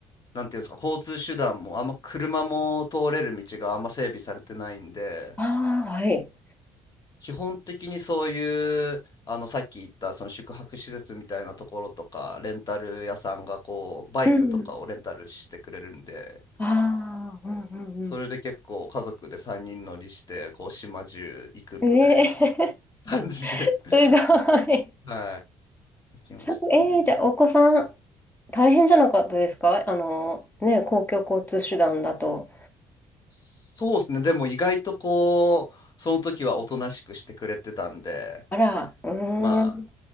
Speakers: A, on the left; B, on the left.
A: なんていうんですか交通手段もあんま車も通れる道があんま整備されてないんで
B: ああ、はい。
A: 基本的にそういうあのさっき言ったその宿泊施設みたいなところとかレンタル屋さんがこうバイクとかをレンタルしてくれるんで
B: うん。ああ、うんうん
A: それで結構家族で3人乗りしてこう島中行くみたいな
B: うん。ええ
A: <laughs> 感じで
B: <laughs> すごい。
A: <laughs> はい行きましたね
B: そええじゃあ、お子さん、大変じゃなかったですかあの、ね、公共交通手段だと。
A: そうですねでも意外とこうその時はおとなしくしてくれてたんで
B: あら、うーん。
A: まあ